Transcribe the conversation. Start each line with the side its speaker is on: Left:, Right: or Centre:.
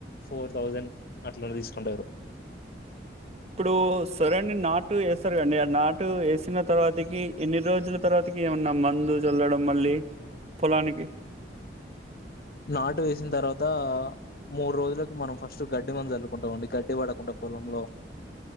Left: ఫోర్ థౌజండ్ అట్లా తీసుకుంటారు.
Right: ఇప్పుడు సరేనా నాటు వేస్తారు కదాండి ఆ నాటు వేసిన తర్వాతికి ఎన్ని రోజులు తర్వాతకి ఏమన్నా మందు చల్లడం. మళ్ళీ పొలానికి.
Left: నాటు వేసిన తర్వాత మూడు రోజులకు మనం ఫస్ట్ గడ్డి మందు జల్లుకుంటాంమండి గడ్డి పడకుండా పొలంలో